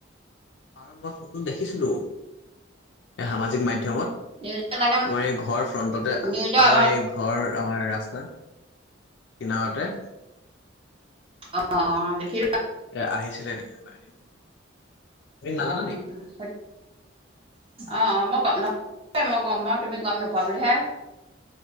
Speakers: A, on the left; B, on the right.
A: আৰু মই ফটো দেখিছিলো এই সামাজিক মাধ্যয়মত,
B: নিউজত একদম
A: আমাৰ এই ঘৰ ফ্ৰন্টতে
B: নিউজৰ
A: আমাৰ এই ঘৰ আমাৰ ৰাস্তাৰ, কিনাৰতে।
B: অ অ দেখি,
A: এ আহিছিলে নেকি দিন, তুমি
B: অ
A: নাজানা
B: অ
A: <inaudible>
B: অ মই মই গম মই তুমি গম নোপোৱা বুলিহে।